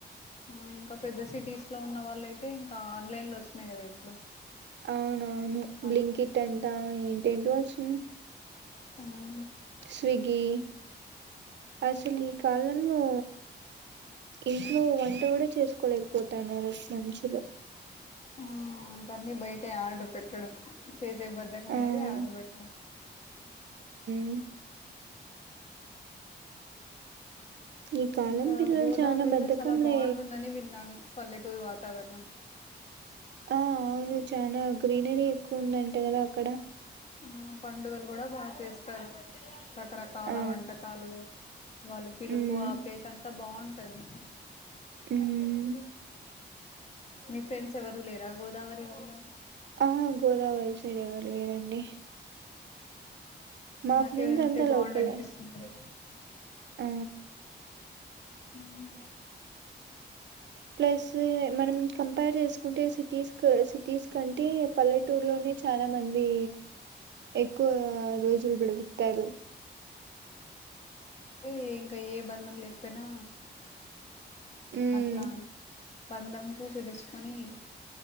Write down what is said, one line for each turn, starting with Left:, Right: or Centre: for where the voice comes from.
Left: ఆ ఇంకా పెద్ద సిటీస్ లో ఉన్న వాళ్ళ అయితే ఇంకా ఆన్లైన్ లో వచ్చినాయి గదా ఇప్పుడు
Right: అవునవును
Left: ఆ
Right: బ్లింక్ ఇట్ అంటా ఏంటేంటి వచ్చు
Left: హ్మ్
Right: స్విగి అసలు ఈ కాలంలో ఇంట్లో వంట కూడా చేసుకోలేకపోతున్నారు అస్ మషులు
Left: ఆ ఇంకన్నీ బయట ఆర్డర్ పెట్టడం చేసే బధ్ధకం అయ్యేది
Right: ఆ
Left: ఆర్డర్ పెట్టడం
Right: అ ఈ కాలం
Left: ఇంకా
Right: పిల్లలు
Left: గోదావరిలో
Right: చానా బద్ధకంలే
Left: చాలా బాగుంటుందని విన్నాను పల్లెటూరి వాతావరణం
Right: ఆ అవును చనా గ్రీనరీ ఎక్కువ ఉందంటే కదా అక్కడ
Left: ఆ పండుగలు కూడా బాగా చేస్తారు రకరకాల
Right: ఆ
Left: వంటకాలు వాళ్ళు పిలుపు
Right: హ్మ్
Left: ఆప్యాయత అంతా బాగుంటుంది
Right: హ్మ్
Left: మ టా నీ ఫ్రెండ్స్ ఎవరు లేరా గోదావరి వల్ల
Right: ఆ గోదావరి సైడ్ ఎవరు లేరండి మా
Left: నాకు
Right: ఫ్రెండ్స్
Left: ఎవరైనా
Right: అంతా
Left: ఉంటే బాగుండు
Right: లోకలే
Left: అనిపిస్తుంది ఏ
Right: ఆ
Left: హ్మ్
Right: ప్లస్ మనం కంపేర్ చేసుకుంటే సిటీస్ సిటీస్ కంటే పల్లెటూరులోనే చాలా మంది ఎక్కువ రోజులు పెడుకుతారు
Left: అే ఇంకా ఏ బంధం లేకపోయినా
Right: హ్మ్
Left: అట్లా బంధంతో తెలుసుకుని